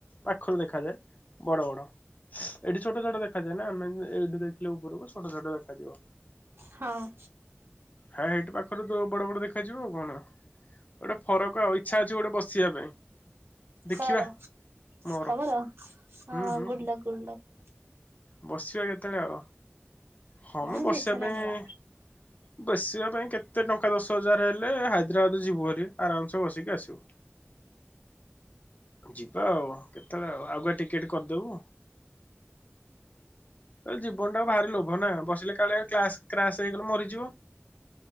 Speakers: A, on the left; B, on the right.
A: ପାଖରୁ ଦେଖାଯାଏ। ବଡ ବଡ ଏଠି ଛୋଟ ଛୋଟ ଦେଖାଯାଏ ନାଁ ଆମେ ଏଇଠୁ ଦେଖିଲେ ଉପରକୁ ଛୋଟ ଛୋଟ ଆସିଯିବ
B: ହଁ
A: ହାଇଟ ପାଖରୁ ତ ବଡ ବଡ ଦେଖାଯିବ ଆଉ କଣ। ଗୋଟେ ଫରକ ଆଉ ଇଚ୍ଛା ଅଛି ଗୋଟେ ବସିବା ପାଇଁ ଦେଖିବା
B: କାର
A: ମୋର
B: ତମର ହଁ
A: ହୁଁ ହୁଁ
B: ଗୁଡଲକ, ଗୁଡଲକ
A: ବସିବା କେତେବେଳେ ଆଉ ହଁ
B: ମୋର
A: ମଁ
B: କିନ୍ତୁ
A: ବସିବା
B: ଇଚ୍ଛା
A: ପାଇଁ
B: ନାହିଁ ଜମା।
A: ବସିବା ପାଇଁ କେତେ ଟଙ୍କା ଦଶ ହଜାର ହେଲେ ହାଇଦ୍ରାବାଦ ଯିବୁ ହାରି ଆରାମସେ ବସିକି ଆସିବୁ। <inaudible> ଯିବା ଆଉ କେତେବେଳେ ଆଉ ଆଗୁଆ ଟିକେଟ କରିଦବୁ। ତା ଜୀବନଟାକୁ ଭାରି ଲୋଭ ନାଁ ବସିଲେ କାଳେ କ୍ଲାସ କ୍ରାସ୍ ହେଇଗଲେ ମରିଯିବ।